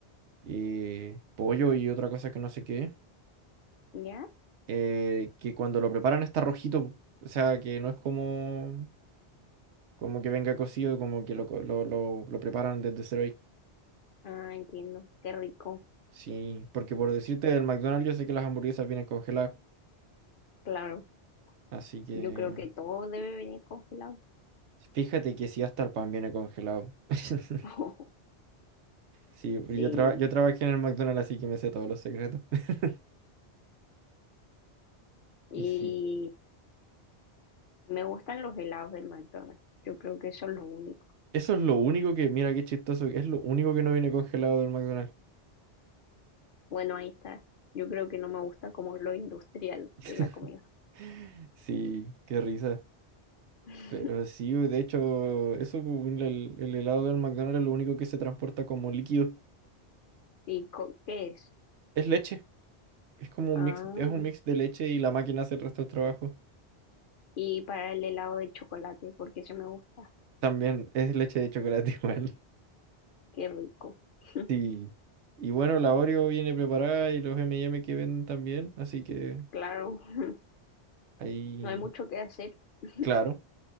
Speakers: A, on the right; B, on the left.
A: eh, pollo y otra cosa que no sé qué,
B: ¿ya?
A: eh, que cuando lo preparan está rojito, o sea, que no es como, como que venga cocido, como que lo, co- lo, lo, lo preparan desde cero ahí.
B: Ah, entiendo, qué rico,
A: Sí, porque por decirte del McDonald's, yo sé que las hamburguesas vienen congeladas.
B: claro.
A: Así que
B: Yo creo que todo debe venir congelado.
A: fíjate que si hasta el pan viene congelado. <laughs>
B: <laughs>
A: Sí, pero
B: Sí,
A: yo, traba- yo trabajé en el McDonald's, así que me sé todos los secretos. <laughs>
B: y
A: Y sí,
B: Me gustan los helados del McDonald's. Yo creo que eso es lo único.
A: eso es lo único que, mira qué chistoso, es lo único que no viene congelado del McDonald's.
B: Bueno, ahí está. Yo creo que no me gusta como lo industrial
A: <laughs>
B: de la comida.
A: Sí, qué risa.
B: <laughs>
A: Pero sí, de hecho, eso, pu, el, el- el helado del McDonald's es lo único que se transporta como líquido.
B: ¿Y co- qué es?
A: Es leche. Es como un
B: Ah,
A: mix, es un mix de leche y la máquina hace el resto del trabajo.
B: y para el helado de chocolate, porque ese me gusta.
A: También es leche de chocolate <laughs> igual.
B: Qué rico. <laughs>
A: Sí. Y bueno, la Oreo viene preparada y los M&M que venden también, así que
B: Claro, <laughs>
A: ahí,
B: no hay mucho que hacer. <laughs>
A: claro,